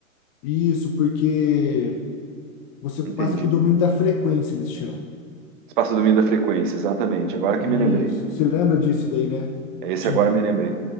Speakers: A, on the left (about 25°); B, on the right (about 35°).
A: isso, porque você passa
B: Entendi.
A: para o domínio da frequência, eles chamam.
B: Espaço de domínio da frequência, exatamente. Agora que
A: Isso.
B: me lembrei.
A: Você lembra disso daí, né?
B: Esse
A: Tinha-
B: agora eu me lembrei.